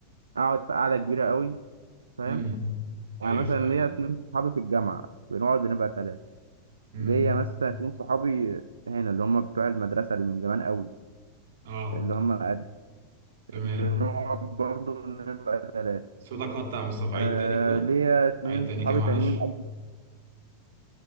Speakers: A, on the right (about 75°); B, on the right (about 55°).
A: اقعد في قاعده كبيره قوي فاهم
B: امم ايوه
A: يعني مثلا
B: فاهمك
A: ليا اتنين صحابي في الجامعه بنقعد بنبقى ثلاثه
B: امم
A: ليا مثلا اتنين صحابي هنا اللي هم بتوع المدرسة اللي من زمان قوي
B: اه
A: اللي هم قد-
B: تمام
A: بنقعد برضه نبقى تلاتة
B: صوتك قطع يا مصطفى
A: آه
B: عيد تاني كده
A: ليا اتنين
B: عيد تاني
A: صحابي
B: كده معلش
A: تانيين قبل-